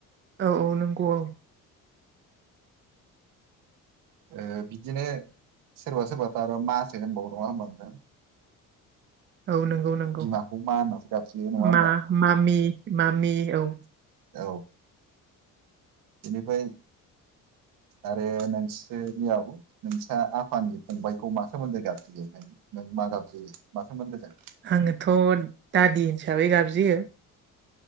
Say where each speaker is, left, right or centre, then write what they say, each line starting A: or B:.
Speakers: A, on the right; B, on the right.
A: औ औ नंगौ औ।
B: ओ बिदिनो सोरबा सोरबाथ' आरो मा सो होनबावो नङा होनबा नोंथां।
A: औ नंगौ-नंगौ
B: बिमाखौ मा होननासो गाबज्रियो नङा होमबा
A: मा मामि-मामि औ।
B: औ बिनिफ्राय
A: <unintelligible>
B: आरो नोंसोरनियाव नोंसा आफानि फंबायखौ मा सोमोन्दो गाबज्रियो। नों मा गाबज्रियो मासोमोन्दो गाबज्रियो
A: आङोथ' दादि हिसाबै गाबज्रियो।